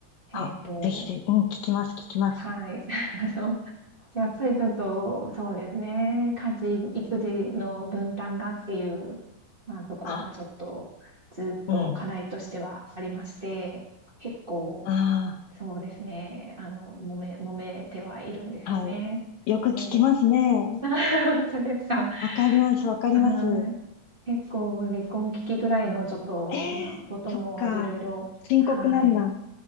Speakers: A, on the right; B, on the left.
A: えっと、
B: あ、ぜひぜひ、うん、聞きます、聞きます。
A: はい。<laughs> あの、やっぱりちょっと、そうですね。家事、育児の分担がっていう、まあ、ところがちょっと、
B: あ、
A: ずっと課題としてはありまして、
B: うん、
A: 結構、
B: あ
A: そうですね。あの、揉め揉めてはいるんですよね。
B: あ、はい。よく聞きますね。
A: で <laughs> 本当ですか。
B: わかります、わかります。
A: はい。結構もう離婚危機ぐらいのちょっと、
B: ええそっか。
A: まあ、こともいろいろはい、
B: 深刻なんだ。